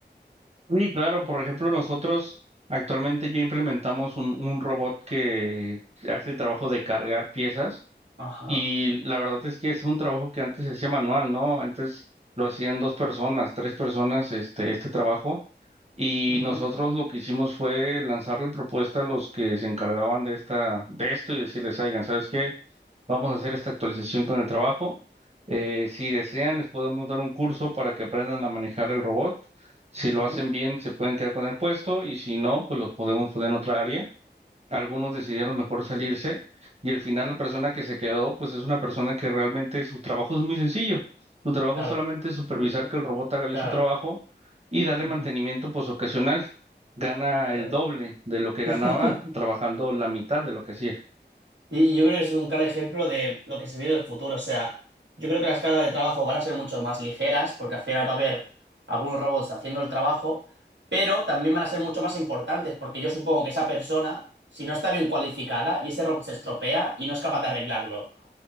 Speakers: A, on the right; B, on the right.
A: sí claro, por ejemplo, nosotros actualmente ya implementamos un, un robot que hace el trabajo de cargar piezas
B: Ajá.
A: Y la verdad es que es un trabajo que antes se hacía manual, ¿no? Antes lo hacían dos personas, tres personas, este, este trabajo. Y
B: ujú,
A: nosotros lo que hicimos fue lanzarle propuesta a los que se encargaban de esta, de esto y decirles, oigan, ¿sabes qué? Vamos a hacer esta actualización con el trabajo. Eh, si desean, les podemos dar un curso para que aprendan a manejar el robot. Si
B: ujú,
A: lo hacen bien, se pueden quedar con el puesto y si no, pues los podemos poner en otra área. Algunos decidieron mejor salirse y al final la persona que se quedó, pues es una persona que realmente su trabajo es muy sencillo. Su trabajo
B: Claro.
A: solamente es supervisar
B: Dije,
A: que el robot haga bien
B: Claro.
A: su trabajo y darle
B: ujú,
A: mantenimiento pues ocasional. Gana el
B: claro.
A: doble de lo que
B: <laughs>
A: ganaba trabajando la mitad de lo que hacía.
B: Y y yo creo que eso es un claro ejemplo de lo que se viene en el futuro. O sea, yo creo que las cargas de trabajo van a ser mucho más ligeras, porque al final va a haber algunos robots haciendo el trabajo, pero también van a ser mucho más importantes, porque yo supongo que esa persona, si no está bien cualificada y ese robot se estropea y no es capaz de arreglarlo